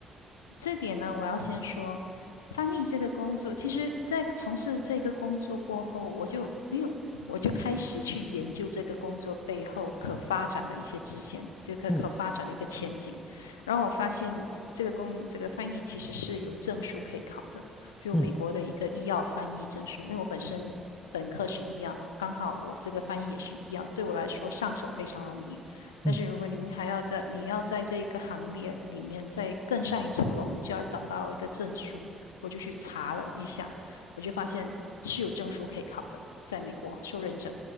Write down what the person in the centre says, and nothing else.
嗯
嗯
嗯，